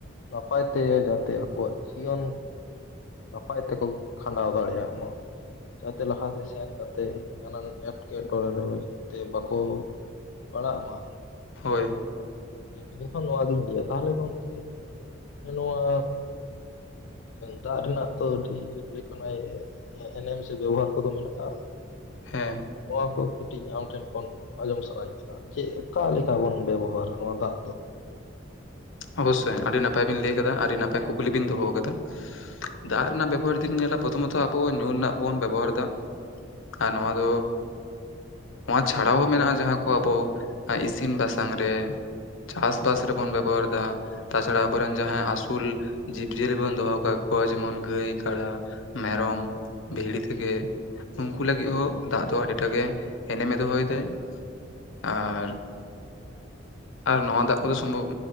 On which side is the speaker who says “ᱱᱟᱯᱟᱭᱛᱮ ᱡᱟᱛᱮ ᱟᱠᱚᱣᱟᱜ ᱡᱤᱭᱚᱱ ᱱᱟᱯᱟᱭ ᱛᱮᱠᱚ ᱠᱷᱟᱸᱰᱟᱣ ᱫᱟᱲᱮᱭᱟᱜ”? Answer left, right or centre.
Left